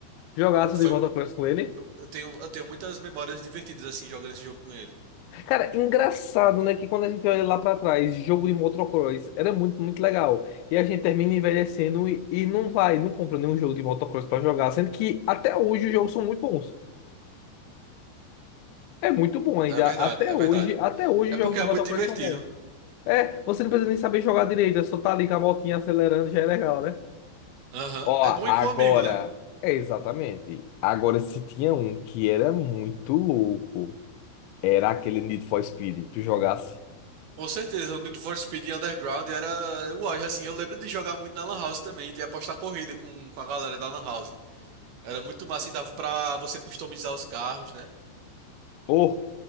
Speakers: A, on the left; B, on the right.
A: Jogaço
B: Foi,
A: de motocross com ele.
B: eu tenho, eu tenho muitas memórias divertidas assim jogando esse jogo com ele.
A: Cara, engraçado, né? Que quando a gente olha lá pra trás, jogo de motocross era muito, muito legal. E a gente termina envelhecendo e, e não vai, não compra nenhum jogo de motocross pra jogar. Sendo que até hoje os jogos são muito bons. É muito bom ainda.
B: É verdade,
A: Até
B: é
A: hoje,
B: verdade.
A: até hoje
B: É
A: os jogos
B: porque
A: de
B: é
A: motocross
B: muito divertido.
A: são bons. É, você não precisa nem saber jogar direito, é só tá ali com a motinha acelerando, já é legal, né?
B: Aham.
A: Ó,
B: É
A: agora,
B: bom ir com um amigo, né?
A: é exatamente. Agora, se tinha um que era muito louco, era aquele Need for Speed. Tu jogasse.
B: Com certeza, o Need for Speed Underground era o auge, assim. Eu lembro de jogar muito na Lan House também, e apostar corrida com, com a galera da Lan House. Era muito massa e dava pra você customizar os carros, né?
A: Pô,